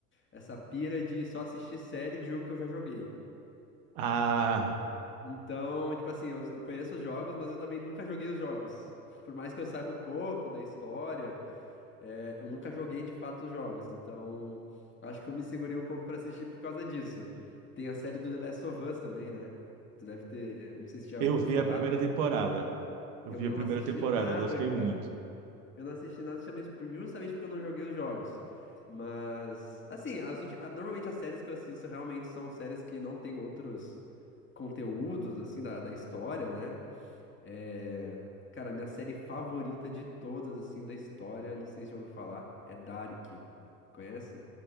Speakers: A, on the left; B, on the right.
A: essa pira de só assistir série de jogo que eu já joguei.
B: Ah.
A: Então, tipo assim, eu, eu conheço os jogos, mas eu também nunca joguei os jogos. <laughs> Por mais que eu saiba um pouco da história, é, eu nunca joguei de fato os jogos. Então, acho que eu me segurei um pouco pra assistir por causa disso. Tem a série do The Last of Us também, né? Tu deve ter, não sei se já
B: Eu
A: ouviu
B: vi
A: falar.
B: a primeira temporada. Eu
A: Eu
B: vi
A: não
B: a primeira
A: assisti
B: temporada,
A: nada,
B: gostei
A: cara.
B: muito.
A: Eu não assisti nada justamente por- justamente porque eu não joguei os jogos. Mas, assim, as ulti- ah, normalmente as séries que eu assisto realmente são séries que não tem outros conteúdos, assim, da, da história, né? É, Cara, minha série favorita de todas, assim, da história, não sei se já ouviu falar, é Dark. Conhece?